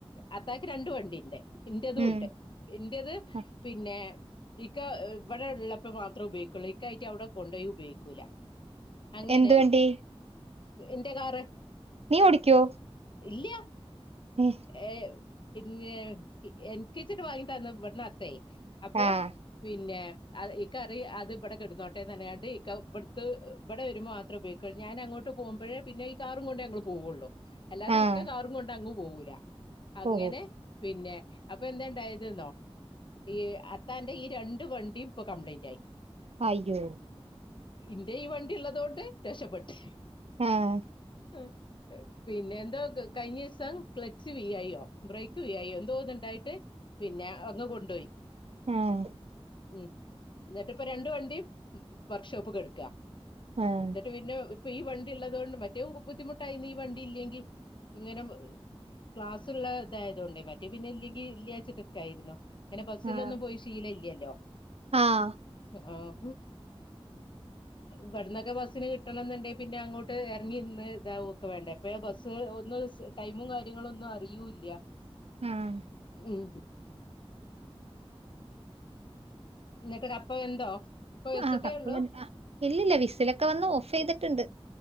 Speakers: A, on the left; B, on the right.
A: അത്താക്ക് രണ്ടു വണ്ടിണ്ട് ഇന്റതും
B: ഉം
A: ഉണ്ട് ഇന്റത്
B: ആ.
A: പിന്നെ ഇക്ക ഇവടെ ഉള്ളപ്പോ മാത്രം ഉപയോഗിക്കുള്ളൂ ഇക്ക ആയിട്ട് അവിടെ കൊണ്ടോയി ഉപയോഗിക്കൂല അങ്ങനെ
B: എന്ത് വണ്ടി
A: എന്റെ കാറ്
B: നീ ഓടിക്കോ
A: ഇല്ല്യ
B: ഉം
A: ഏഹ് പിന്നെ എൻക്ക്ച്ചിട്ട് വാങ്ങിതന്ന് ഇവിട്ന്ന് അത്തേ അപ്പോ
B: ആഹ്
A: പിന്നെ ഇക്കറിയും അത് ഇവ്ടെ കെട്ന്നോട്ടെർഞ്ഞ്കാണ്ട് ഇക്ക ഇവിടുത്തത് ഇവടെ വരുമ്പോ മാത്രം ഉപയോഗി ക്കാ ഞാൻ അങ്ങോട്ട് പോകുമ്പഴേ പിന്നെ ഈ കാറും കൊണ്ട് ങ്ങങ്ങള് പോവുള്ളൂ അല്ലാതെ
B: ആഹ്
A: ഇക്ക കാറും കൊണ്ട് അങ്ങ് പോവൂല അങ്ങനെ
B: ഓ
A: പിന്നെ അപ്പൊ എന്തേ ഇണ്ടായത് ന്നോ ഈ അത്താന്റെ ഈ രണ്ടു വണ്ടിം ഇപ്പൊ കംപ്ലൈന്റ് ആയി
B: അയ്യോ
A: ഇന്റെ ഈ വണ്ടി ഇള്ളതോണ്ട് രക്ഷപ്പെട്ട്
B: ആഹ്
A: ആഹ് പിന്നെ എന്തോ കയിഞ്ഞീസം ക്ലച്ച് വീയായോ ബ്രേക്ക് വീയായോ എന്തോന്ന് ഇണ്ടായിട്ട് പിന്നെ അങ്ങ് കൊണ്ടോയി
B: ആഹ്
A: ഉം ഇന്നട്ട് ഇപ്പ രണ്ട് വണ്ടിം വർക്ക്ഷോപ്പ് കെട്ക്കാ
B: ഏഹ്
A: പിന്നെ ഇപ്പൊ ഈ വണ്ടി ഉള്ളതോണ്ട് മറ്റേ ബുദ്ധിമുട്ടായിന്ന് ഈ വണ്ടി ഇല്ലെങ്കിൽ ഇങ്ങനെ ക്ലാസ്ള്ള ഇതായതൊണ്ടേ മറ്റേ പിന്നെ ഇല്ലെങ്കിൽ ഇല്ലാച്ചിട്ട് നിക്കായിരുന്നു ഇങ്ങനെ ബസ്സിലൊന്നും
B: ആഹ്
A: പോയി ശീല ഇല്ലല്ലോ
B: ആഹ്
A: ആഹ് ഇവട്ന്നൊക്കെ ബസ് സ്ന് കിട്ടണന്നുണ്ടെ പിന്നെ അങ്ങോട്ട് ഇറങ്ങിന്ന് ഇതാവൊക്കെ വേണ്ടേ എപ്പഴാ ബസ് ഒന്ന് ടൈമും കാര്യങ്ങളും ഒന്നും അറിയൂല്ല്യ
B: ആഹ്
A: ഉം ഇന്നിട്ട് കപ്പ വെന്തോ ഇപ്പൊ വെച്ചിട്ടേ
B: ആഹ് കപ്പ
A: ഉള്ളൂ
B: വെ ഇല്ലില്ല വിസിലൊക്കെ വന്ന് ഓഫ് ചെയ്തിട്ടുണ്ട്